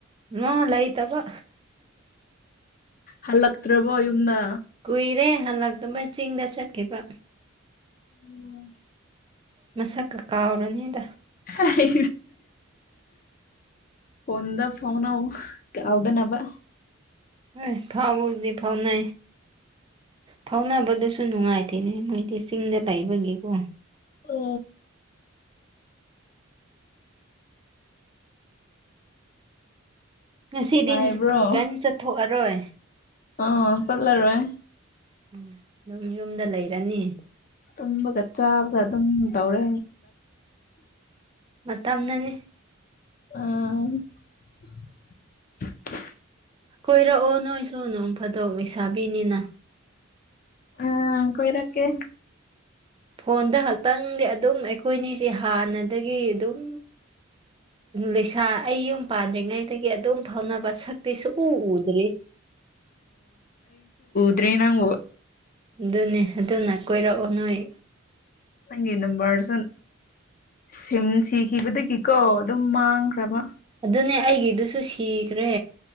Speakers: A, on the right; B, on the left.
A: ꯃꯥ ꯂꯩꯇꯕ
B: ꯍꯜꯂꯛꯇ꯭ꯔꯕꯣ ꯌꯨꯝꯗ
A: ꯀꯨꯏꯔꯦ ꯍꯜꯂꯛꯇꯕ ꯆꯤꯡꯗ ꯆꯠꯈꯤꯕ
B: ꯎꯝ
A: ꯃꯁꯛ ꯀ ꯀꯥꯎꯔꯅꯤꯗ
B: ꯍꯥꯏ ꯐꯗ ꯐꯥꯎꯟꯎ ꯀꯥꯎꯕ ꯅꯕ
A: ꯍ ꯐꯥꯎꯕꯕꯨꯗꯤ ꯐꯥꯎꯅ ꯐꯥꯎꯅꯕꯗꯨꯁꯨ ꯅꯨꯡꯉꯥꯏꯇꯦꯅꯦ ꯃꯣꯏꯗꯤ ꯆꯤꯡꯗ ꯂꯩꯕꯒꯤꯀꯣ
B: ꯑꯣ
A: ꯉꯁꯤꯗꯤ
B: ꯅꯨꯡꯉꯥꯏꯕ꯭ꯔꯣ
A: ꯀꯩꯝ ꯆꯠꯊꯣꯛꯑꯔꯣꯏ
B: ꯑ ꯆꯠꯂꯔꯦ
A: ꯎ ꯑꯗꯨꯝ ꯌꯨꯝꯗ ꯂꯩꯔꯅꯤ
B: ꯇꯕꯒ ꯆꯥꯕꯒ ꯑꯗꯨꯝ ꯇꯧꯔꯦ
A: ꯃꯇꯝꯅꯅꯤ
B: ꯑ
A: ꯀꯣꯏꯔꯛꯑꯣ ꯅꯣꯏꯁꯨ ꯅꯣꯡ ꯐꯥꯗꯣꯛ ꯂꯩꯁꯥꯕꯤꯅꯤꯅ
B: ꯑꯝ ꯀꯣꯏꯔꯀꯦ
A: ꯐꯣꯟꯗ ꯈꯛꯇꯪꯗꯤ ꯑꯗꯨꯝ ꯑꯩꯈꯣꯏꯅꯤꯁꯦ ꯍꯥꯟꯅꯗꯒꯤ ꯑꯗꯨꯝ ꯂꯩꯁꯥ ꯑꯩ ꯌꯨꯝ ꯄꯥꯟꯗ꯭ꯔꯤꯉꯩꯗꯒꯤ ꯑꯗꯨꯝ ꯐꯥꯎꯅꯕ ꯁꯛꯇꯤ ꯁ ꯎ ꯎꯗ꯭ꯔꯔꯤ
B: ꯑꯗꯨ꯭ꯔꯦ ꯅꯪ
A: ꯑꯗꯨꯅꯦ ꯑꯗꯨꯅ ꯀꯣꯏꯔꯛꯑꯣ ꯅꯣꯏ
B: ꯅꯪ ꯅꯕꯥꯥꯔꯁꯣꯟ ꯁꯤꯝ ꯁꯤꯈꯤꯕꯗꯒꯤꯀꯣ ꯑꯗꯨꯝ ꯃꯥꯡꯈ꯭ꯔꯕ
A: ꯑꯗꯨꯅꯦ ꯑꯩꯒꯤꯗꯨꯁꯨ ꯁꯤꯈ꯭ꯔꯦ